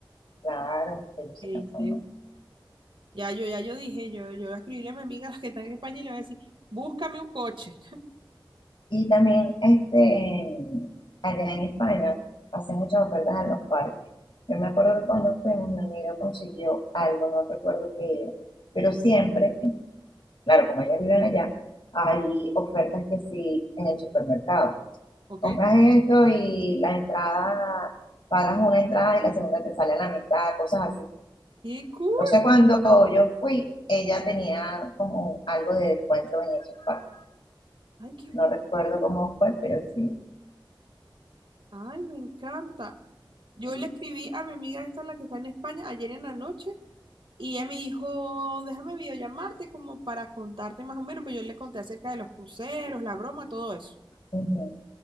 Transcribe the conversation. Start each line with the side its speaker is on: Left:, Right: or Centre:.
Left: Claro, ellos
Right: gente.
Left: se cansan más.
Right: Ya yo, ya yo dije, yo, yo escribí a mi amiga <laughs> las que está en España y le voy a decir, búscame un coche,
Left: Y también, este, allá en España, hacen muchas ofertas a los parques. Yo me acuerdo que cuando fuimos, mi amiga consiguió algo, no recuerdo qué era, pero siempre, claro, como ellas viven allá, hay ofertas que sí en el supermercado.
Right: ¿ok?
Left: Compras esto y la entrada, pagas una entrada y la segunda te sale a la mitad, cosas así.
Right: ¡Qué cool!
Left: Entonces, cuando yo fui, ella tenía como algo de descuento en esos parques.
Right: ¡Ay, qué
Left: No recuerdo cómo fue, pero sí.
Right: Ay, me encanta. Yo
Left: sí,
Right: le
Left: sí.
Right: escribí a mi amiga esta, la que está en España, ayer en la noche, y ella me dijo, déjame videollamarte como para contarte más o menos, pues yo le conté acerca de los cruceros, la broma, todo eso
Left: Ujú,